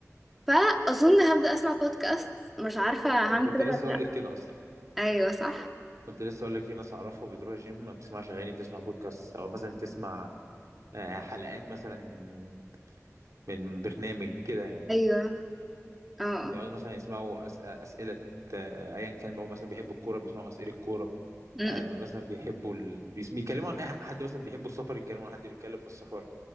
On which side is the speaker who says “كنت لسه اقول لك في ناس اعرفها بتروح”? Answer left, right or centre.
Right